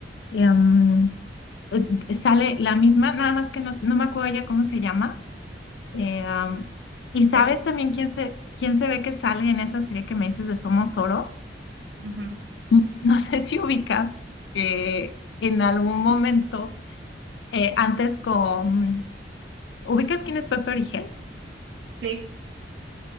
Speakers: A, on the left; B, on the right.
A: Em, eh, sale la misma, nada más que no, no me acuerdo ya cómo se llama. eh, am, y sabes
B: eso,
A: también quién se, quién se ve que sale en esa serie que me dices de Somos Oro.
B: ujú,
A: Mm, No sé si ubicas que en algún momento, eh, antes con, ¿ubicas quién es Pepe Origel?
B: Sí,